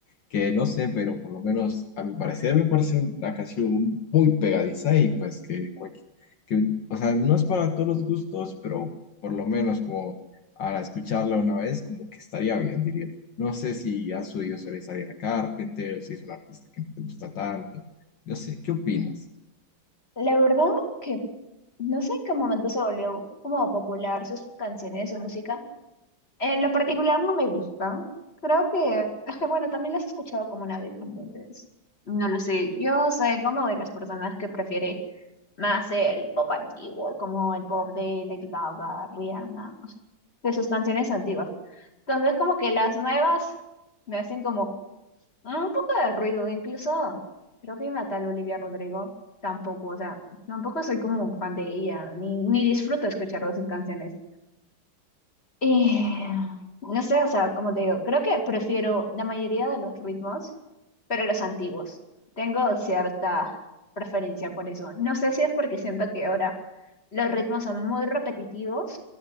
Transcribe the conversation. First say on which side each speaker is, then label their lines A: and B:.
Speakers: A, on the left; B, on the left.
A: que no sé, pero por lo menos a mi parecer me parece una canción muy pegadiza y pues que, cualqui- que o sea, no es para todos los gustos, pero por lo menos como para escucharla una vez, como que estaría bien, diría yo. No sé si has oído sobre Sabrina Carpenter o si es un artista que no te gusta tanto. No sé, ¿qué opinas?
B: La verdad que no sé en qué momento se volvió como popular sus canciones, su música. En lo particular no me gusta. Creo que, <laughs> bueno, también las he escuchado como una vez, entonces, no lo sé. Yo soy como de las personas que prefiere más el pop antiguo, como el pop de Lady Gaga, Rihanna, de sus canciones antiguas. Entonces, como que las nuevas me hacen como mm, un poco de ruido, incluso creo que una tal Olivia Rodrigo tampoco, o sea, tampoco soy como un fan de ella, ni, ni disfruto escuchar de sus canciones. Y no sé, o sea, como te digo, creo que prefiero la mayoría de los ritmos, pero los antiguos. Tengo cierta preferencia por eso. No sé si es porque siento que ahora los ritmos son muy repetitivos